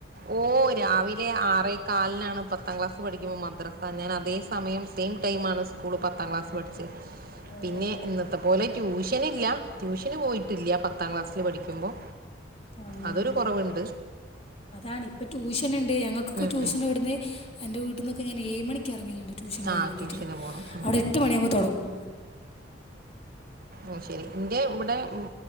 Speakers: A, on the right (about 50°); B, on the left (about 30°).
A: ഓ രാവിലെ ആറേ കാലിനാണ് പത്താം ക്ലാസ് പഠിക്കുമ്പോ മദ്രസ ഞാൻ അതേ സമയം സെയിം ടൈ ആണ് സ് സ്കൂൾ പത്താം ക്ലാസ് പഠിച്ചെ
B: ഓഹ്
A: പിന്നെ ഇന്നത്തെ പോലെ ട്യൂഷൻ ഷനില്ല ട്യൂഷന് പോയിട്ടില്ല പത്താം ക്ലാസ്സിൽ പഠിക്കുമ്പോ
B: ആഹ്
A: അതൊരു കൊറവ്ണ്ട്
B: അതാണ് ഇപ്പ ട്യൂഷൻ ഇണ്ട് ഞങ്ങൾക്കൊക്കെ
A: ഉം
B: ട്യൂഷൻ
A: ഉം
B: ഇവട്ന്ന് എൻ്റെ വീട്ട്ന്ന് ക്കെ ഞാൻ ഏഴ് മണിക്ക് എറങ്ങൽ ഇണ്ട് ട്യൂഷന് പോകാൻ
A: ആ
B: വാണ്ടിയിട്ട്
A: ട്യൂഷന് പോണം ഉം
B: അയുടെ എട്ട് മണിയാകുമ്പോ തെടങ്ങു
A: ഓ ശരി ഇന്റെ ഇവ്ടെ ഉം